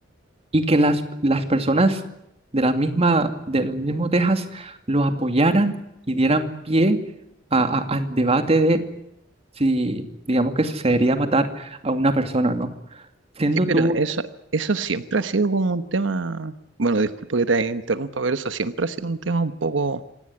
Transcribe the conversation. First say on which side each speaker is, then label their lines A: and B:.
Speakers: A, on the right; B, on the right.
A: y que las, las personas de la misma, del mismo Texas los apoyaran y dieran pie a- a- al debate de si, digamos que si se debería matar a una persona o no. Siendo
B: Sí, pero
A: tú
B: eso, eso siempre ha sido como un tema, bueno, disculpa que te interrumpa, pero eso siempre ha sido un tema un poco